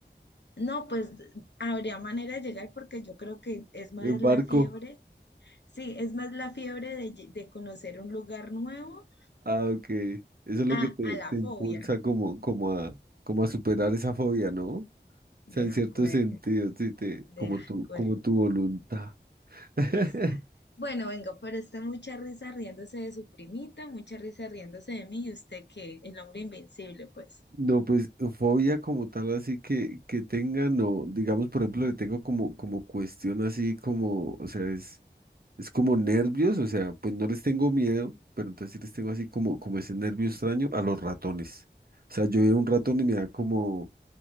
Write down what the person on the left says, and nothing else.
no, pues habría manera de llegar porque yo creo que es más
la fiebre, sí, es más la fiebre de, lle- de conocer un lugar nuevo
a,
a la
fobia.
De
acuerdo,
de
acuerdo.
exacto Bueno, vengo pero está mucha risa riéndose de su primita, mucha risa riéndose de mí y usted que el hombre invencible, pues.